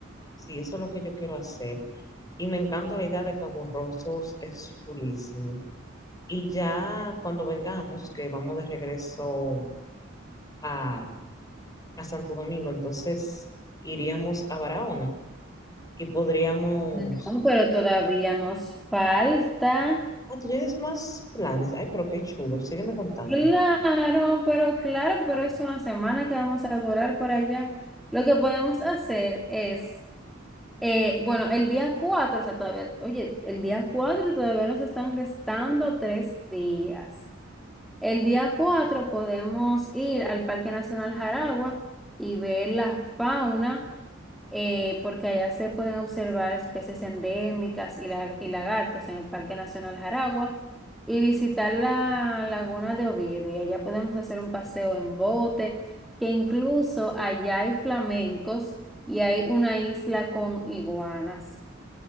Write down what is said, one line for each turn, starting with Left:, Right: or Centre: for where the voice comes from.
Left: Sí, eso es lo que yo quiero hacer. Y me encanta la idea de Cabo Rojo, eso es es chulísimo. Y ya cuando vengamos, que vamos de regreso a, a Santo Domingo, entonces iríamos a Barahona y podríamos
Centre: No, pero todavía nos falta.
Left: Ah, tú tienes más planes. Ay, pero qué chulo. Sígueme contando.
Centre: Claro, pero claro, pero es una semana que vamos a durar por allá. Lo que podemos hacer es Eh, bueno, el día 4, o sea, todavía, oye, el día 4 todavía nos están restando tres días. El día 4 podemos ir al Parque Nacional Jaragua y ver la fauna, eh, porque allá se pueden observar especies endémicas y, la- y lagartos en el Parque Nacional Jaragua y visitar la laguna de Oviedo. Y allá podemos hacer un paseo en bote, que incluso allá hay flamencos y hay una isla con iguanas.